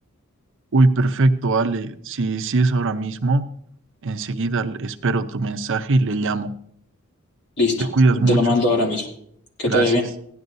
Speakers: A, on the right (about 60°); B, on the left (about 55°).
A: Uy, perfecto, Ale. Si, si es ahora mismo, enseguida l- espero tu mensaje y le llamo.
B: Listo,
A: Te cuidas mucho.
B: te lo mando ahora mismo. Que
A: Gracias.
B: te vaya bien.